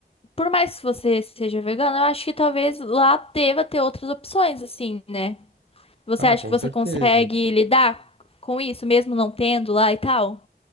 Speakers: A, on the left (about 35°); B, on the right (about 80°).
A: por mais que você seja vegano, eu acho que talvez lá deva ter outras opções, assim, né? Você
B: Ah,
A: acha
B: com
A: que você
B: certeza.
A: consegue lidar com isso, mesmo não tendo lá e tal?